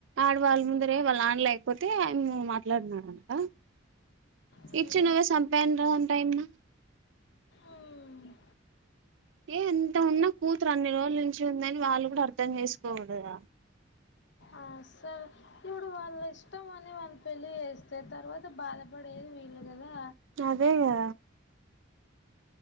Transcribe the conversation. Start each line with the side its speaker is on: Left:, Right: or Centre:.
Right: ఆడవాళ్ళ ముందరే వాళ్ళు నాన్న ఆడలేకపోతే ఆయ మాట్లాడునాడంట
Left: మ్మ్,
Right: ఇచ్చి నువ్వే సంపెయ్ అంటే టైమ్ నా
Left: మ్మ్.
Right: ఏ ఎంత ఉన్నా కూతురు అన్ని రోజుల నుంచి ఉందని వాళ్ళు కూడా అర్ధం చేసుకో వాలి కదా
Left: అస్సల్ ఇప్పుడు వాళ్ళ ఇష్టం అని వాళ్ళు పెళ్ళి చేస్తే తర్వాత బాధపడేది వీళ్ళు కదా
Right: అదేగా